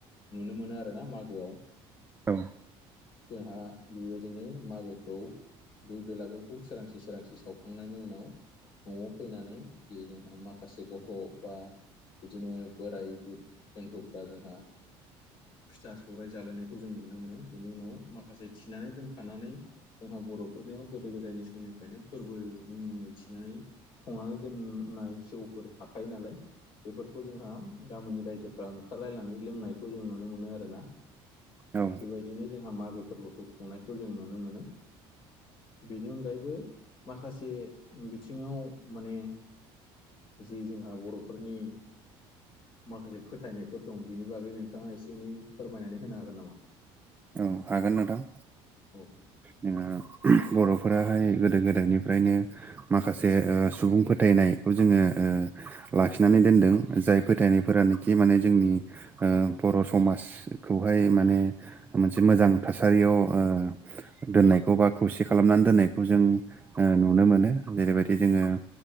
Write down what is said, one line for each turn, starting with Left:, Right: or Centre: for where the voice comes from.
Left: नुनो मोनो आरोना मागोआव।
Right: औ।
Left: जोंहा बेबायदिनो मागोखौ बै बेलागुरखौ सोरांसि सोरांसि सावखांनायनि उनाव न'आव फैनानै जे जोंहा माखासे गथ' बा बिदिनो बोराय बुर बेन्थ'फ्रा जोंहा फिथा सौराय जालायनायखौ जों नुनो मोनो बेनि उनाव माखासे थिनानै दोनखानानै जोंहा बर'फोरनियाव गोदो गोदायनि समनिफ्रायनो फोरबोनि मुङै थिनानै संनानै दोननाय जौफोर थाखायो नालाय बेफोरखौ जोंहा गामिनि रायजोफ्रा ओंखारलायनानै लोंनायखौ जों नुनो मोनो आरोना।
Right: औ
Left: बेबायदिनो जोंहा मागो फोरबोखौ खुंनायखौ जों नुनो मोनो। बिनि अनगायैबो माखासे बिथिङाव माने जि जोंहा बर'फोरनि माखासे फोथायनायफोर दं बिनि बागै नोंथाङा एसे एनै फोरमायनानै होनो हागोन नामा?
Right: औ हागोन नोंथां।
Left: औ
Right: जोंहा बर'फोराहाय गोदो गोदायनिफ्रायनो माखासे उह सुबुं फोथायनायखौ जोङो उह लाखिनानै दोनदों जाय फोथायनायफोरानो जि माने जोंनि उह बर' समाजखौहाय माने मोनसे मोजां थासारियाव उह दोननायखौ बा खौसे खालामनानै दोननायखौ जों ओ नुनो मोनो जेरैबायदि जोङो